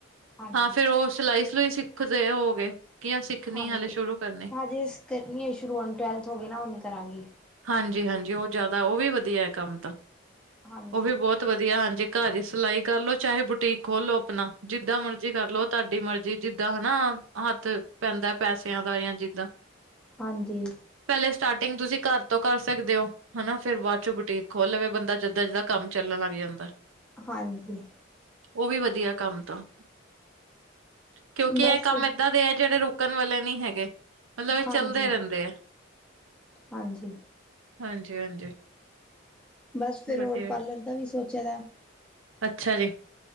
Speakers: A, in the centre; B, on the right.
A: ਹਾਂਜੀ
B: ਹਾਂ ਫੇਰ ਉਹ ਸਿਲਾਈ ਸਲੂਈ ਸਿੱਖਦੇ ਹੋਵੋਗੇ ਕਿਆ ਸਿੱਖਣੀ
A: ਹਾਂਜੀ
B: ਹਾਲੇ ਸ਼ੁਰੂ ਕਰਨੇ
A: ਹਜੇ ਕਰਨੀ ਹੈ ਸ਼ੁਰੂ ਹੁਣ ਟਵੈਲਥ ਹੋ ਗਈ ਨਾ ਹੁਨ ਕਰਾਂਗੀ
B: ਹਾਂਜੀ ਹਾਂਜੀ ਉਹ ਜ਼ਿਆਦਾ ਉਹ ਵੀ ਵਧੀਆ ਹੈ ਕੰਮ ਤਾਂ
A: ਹਾਂਜੀ
B: ਉਹ ਵੀ ਬਹੁਤ ਬਹੁਤ ਵਧੀਆ ਹਾਂਜੀ ਘਰ ਦੀ ਸਿਲਾਈ ਕਰਲੋ ਚਾਹੇ ਬੁਟੀਕ ਖੋਲ ਲੋ ਆਪਣਾ ਜਿੱਦਾਂ ਮਰਜ਼ੀ ਕਰ ਲੋ ਤੁਹਾਡੀ ਮਰਜ਼ੀ ਜਿੱਦਾਂ ਹਨਾ ਹੱਥ ਪੈਂਦਾ ਪੈਸਿਆਂ ਦਾ ਜਾਂ ਜਿੱਦਾਂ,
A: ਹਾਂਜੀ।
B: ਪਹਿਲੇ ਸਟਾਰਟਿੰਗ ਤੁਸੀਂ ਘਰ ਤੋਂ ਕਰ ਸਕਦੇ ਹੋ ਹਨਾ ਫੇਰ ਬਾਅਦ ਚੋਂ ਬੁਟੀਕ ਖੋਲ ਲਵੇ ਬੰਦਾ, ਜਿੱਦਾਂ ਜਿੱਦਾਂ ਕੰਮ ਚੱਲਣ ਲੱਗ ਜਾਂਦਾ।
A: ਹਾਂਜੀ
B: ਉਹ ਵੀ ਵਧੀਆ, ਕੰਮ ਤਾਂ ਕਿਉਂਕਿ
A: ਬਸ
B: ਇਹ ਕੰਮ ਏਦਾਂ ਦੇ ਹੈ ਜਿਹੜੇ ਰੁਕਣ ਵਾਲੇ ਨਹੀ ਹੈਗੇ। ਮਤਲਬ ਇਹ
A: ਹਾਂਜੀ,
B: ਚੱਲਦੇ ਰਹਿੰਦੇ ਆ
A: ਹਾਂਜੀ।
B: ਹਾਂਜੀ, ਹਾਂਜੀ।
A: ਬਸ ਫਿਰ
B: ਵਧੀਆ
A: ਹੋਰ ਪਾਰਲਰ ਦਾ ਵੀ ਸੋਚੇ ਦਾ,
B: ਅੱਛਾ ਜੀ।